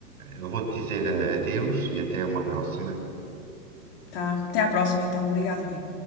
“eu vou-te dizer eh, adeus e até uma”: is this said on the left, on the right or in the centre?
Right